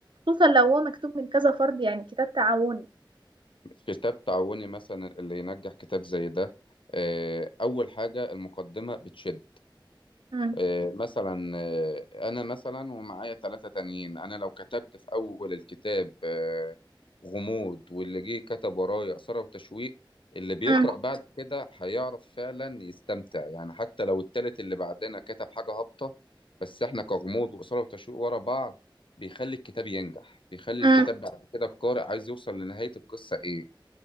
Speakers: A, on the right (about 70°); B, on the left (about 85°).
A: خصوصا لو هو مكتوب من كذا فرد يعني كتاب تعاوني
B: كتاب تعاوني مثلا اللي ينجح كتاب زي ده آه، أول حاجة المقدمة بتشد
A: امم
B: آه، مثلا آه، أنا مثلا ومعايا ثلاثة تانيين أنا لو كتبت في أول الكتاب آه، غموض واللي جه كتب ورايا إثارة وتشويق اللي بيقرأ
A: امم
B: بعد كده هيعرف فعلا يستمتع يعني حتى لو التالت اللي بعدنا كتب حاجة هابطة بس احنا كغموض وإثارة وتشويق ورا بعض بيخلي الكتاب ينجح بيخلي
A: امم
B: الكتاب بعد كده القارئ عايز يوصل لنهاية القصة إيه